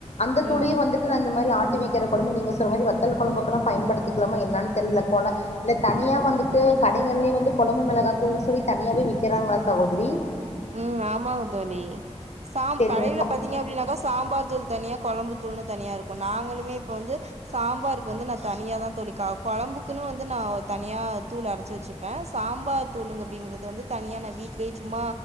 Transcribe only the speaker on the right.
ம்
ம் ஆமாங்க தோழி சாம்
கடையில பாத் தீங்க அப்டின்னாக்கா சாம்பார் தூள் தனியா கொழம்பு தூள்ன்னு தனியா இருக்கும் நாங்களுமே இப்ப வந்து சாம்பாருக்கு வந்து நா தனியா தான தோழி குழம்புக்குன்னு வந்து நா தனியா தூள் அரைச்சு வச்சு ப்பன் சாம்பார் தூள் அப்படிங்கறது வந்து தனியா நா வீட்டுலயே சும்மா